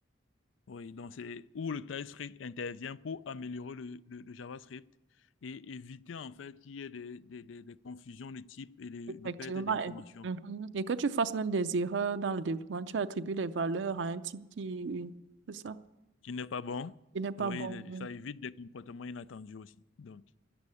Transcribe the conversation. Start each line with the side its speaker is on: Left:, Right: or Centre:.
Left: Oui, donc c'est où le TypeScript intervient pour améliorer le, le- le JavaScript et éviter en fait qu'il y ait des, des, des- des confusions de type et des,
Right: effectivement.
Left: des pertes d'informations,
Right: elle- Mhm. Et que tu fasses même des erreurs dans le développement, tu attribues les valeurs à un type qui, c'est ça,
Left: qui n'est pas bon.
Right: qui n'est pas
Left: Oui,
Right: bon.
Left: le-
Right: oui.
Left: ça évite des comportements inattendus aussi. Donc,